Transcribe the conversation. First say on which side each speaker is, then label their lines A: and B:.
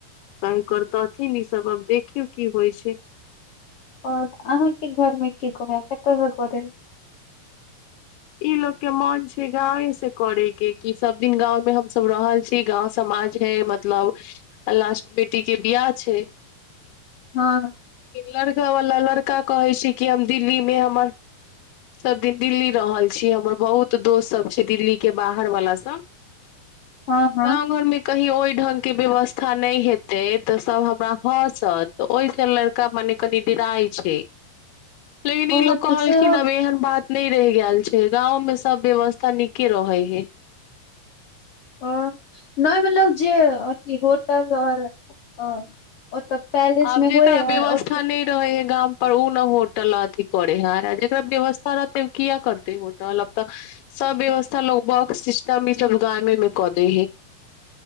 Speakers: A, on the left (about 80°); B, on the left (about 50°).
A: की करतथिन ई सब अब देखियौ की होइ छै
B: ओऽ अहाँके घरमे की कहय कतऽ सॅं करै के।
A: ई लोको के मन छै गांवे से करे के कि सब दिन गाँंव मे हम सब रहल छी गाँंव समाज है मत मतलब लास्ट बेटी के बियाह छै
B: हँ
A: लड़का वला लड़का कहे छै कि हम दिल्ली मे हमर सब दिन दिल्ली रहल छी हमर बहुत दोस्त सब छै दिल्ली के बाहर वाला सब
B: हँ हँ
A: गाव घर मे कही ओहि ढंग के व्यवस्था नहि हेतै तऽ सब हमरा हँसत ओहिसँ ले का मने कनिडराइ छै लेकिन ई
B: ओ
A: लोग कहलखिन
B: तऽ सेहो
A: अब एहन बात नहि रहि गेल छै गाँंव में सब व्यवस्था नीके रहय ह्य
B: ओ नय मतलब जे अथी होटल ओर और ओ तऽ पैलेस
A: आब
B: मे
A: जेकरा
B: होइ ह्य
A: व्यवस्था नहि रहे है गाम पर उऽ ने होटल अथी करे है जकरा व्यवस्था रहतै किया करतै होटल अब तऽ सब व्यवस्था लोग ब सिस्टम ई सब गामे मे कऽ देै हे